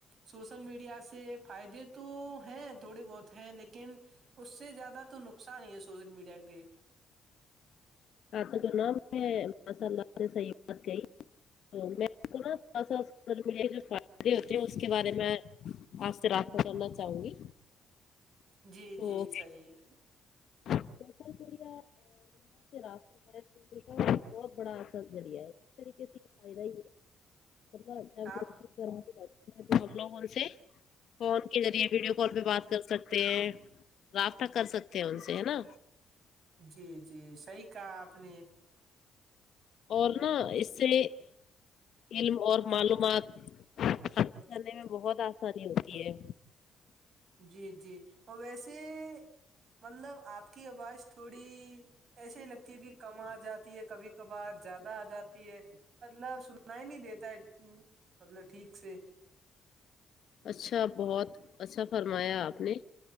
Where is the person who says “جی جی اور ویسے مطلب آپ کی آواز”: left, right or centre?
Right